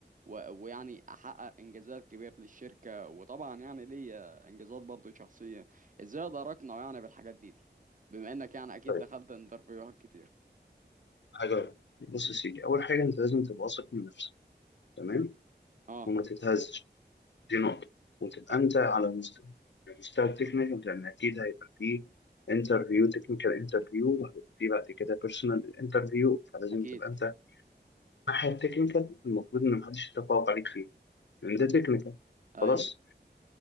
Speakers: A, on the right; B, on the left.
A: و... ويعني احقق انجازات كبيره للشركه وطبعا يعني ليا انجازات برضو شخصيه ازاي اقدر اقنع يعني بالحاجات دي, دي بما انك يعني اكيد
B: طيب
A: دخلت انترفيوهات كتير
B: حاجه بص يا سيدي اول حاجه انت لازم تبقى واثق من نفسك تمام
A: اه
B: وما تتهزش دي نقطه وتبقى
A: أ-
B: انت على مستوى المستوى التكنيكال لان اكيد هيبقى فيه انترفيو تكنيكال انترفيو وهيبقى فيه بعد كده بيرسونال انترفيو فلازم
A: اكيد
B: تبقى انت الناحية التكنيكال المفروض إن محدش يتفوق عليك فيه لأن ده تكنيكال
A: ايوه
B: خلاص